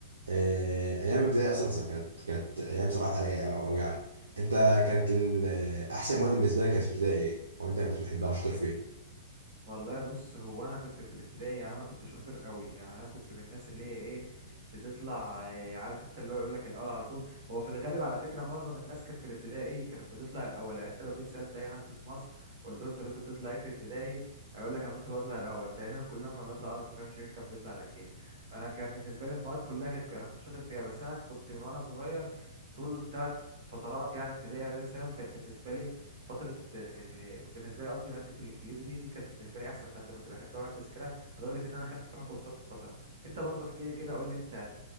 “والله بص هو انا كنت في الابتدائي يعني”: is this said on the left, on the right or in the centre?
Right